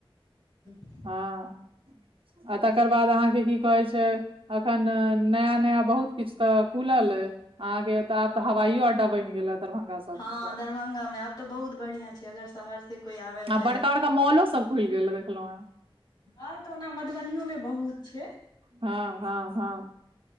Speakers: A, on the left; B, on the right.
A: <unintelligible>
B: हँ <inaudible> आ तकर बाद अहाँकेँ की कहै छैय अखन। नया नया बहुत किछ ते खुल अहाँ केँ तऽ आब तऽ हवाईयो अड्डा बैन गेले हन दरभंगा सबमे
A: हँ
B: तऽ
A: दरभंगा में आब तऽ बहुत बढ़ियां छै शहर से कोई आबे
B: आ बड़का
A: जाय
B: बड़का मॉलो सब खुल गेल हन देखलो हन।
A: मॉल तऽ ओना मधुबनीयो मे बहुत छै
B: हाँ हाँ हाँ